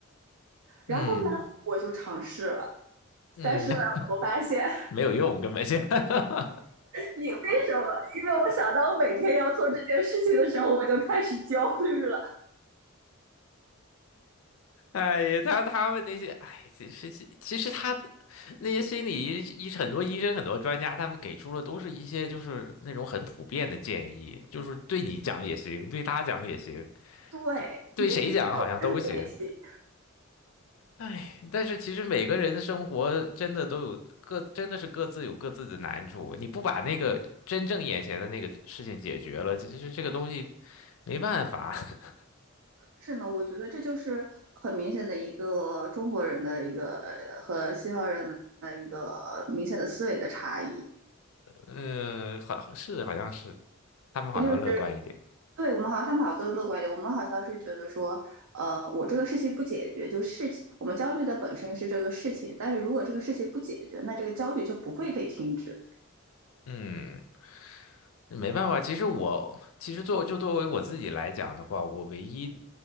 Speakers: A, on the left; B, on the right.
A: 嗯
B: 然后呢，我就尝试了。
A: 嗯，
B: 但是呢，
A: <laughs>
B: 我发现
A: 没有用，根本就。<laughs>
B: 你为什么？因为我想到我每天要做这件事情的时候，我就开始焦虑了。
A: 哎呀，他他们那些，哎，其实其实他那些心理医医很多医生很多专家，他们给出了都是一些就是那种很普遍的建议，就是对你讲也行，对他讲也行。
B: 对，
A: 对谁讲好像都行。
B: 你就觉得没有针对性。
A: 哎，但是其实每个人的生活真的都有各，真的是各自有各自的难处。你不把那个真正眼前的那个事情解决了，其实这个东西没办法。<laughs>
B: 是呢，我觉得这就是很明显的一个中国人的一个和西方人的一个明显的思维的差异。
A: 嗯，好，是好像是，他们好像乐观一点。
B: 就是对我们好像他们好像更乐观一点，我们好像是觉得说，呃，我这个事情不解决，就事情我们焦虑的本身是这个事情，但是如果这个事情不解决，那这个焦虑就不会被停止。
A: 嗯，没办法，其实我其实作就作为我自己来讲的话，我唯一